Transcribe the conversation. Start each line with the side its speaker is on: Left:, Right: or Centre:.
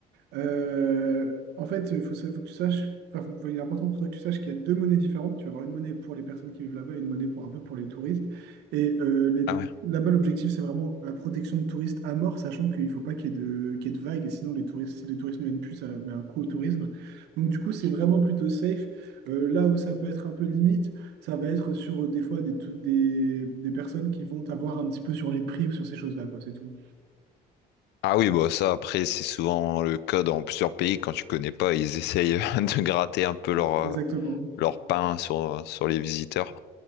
Right: Euh, en fait, il faut, sa- faut que tu saches, enfin, faut- faut- il est important pour toi que tu saches qu'il y a deux monnaies différentes. Tu vas avoir une monnaie pour les personnes qui vivent là-bas et une monnaie pour un peu pour les touristes. Et euh, les-
Left: Ah ouais.
Right: là-bas, l'objectif, c'est vraiment la protection de touristes à mort, sachant qu'il ne faut pas qu'il y ait de, qu'il y ait de vagues. Et sinon, les touristes, si les touristes ne viennent plus, ça met un coup au tourisme. Donc, du coup, c'est Ok. vraiment plutôt safe. Euh, là où ça peut être un peu limite, ça va être sur euh, des fois des, tou- des, des personnes qui vont t'avoir un petit peu sur les prix ou sur ces choses-là, quoi, c'est tout.
Left: Ah oui, bah ça après c'est souvent le cas dans plusieurs pays quand tu connais pas, ils essayent <laughs> de gratter un peu leur
Right: Exactement.
Left: euh, leur pain sur sur les visiteurs.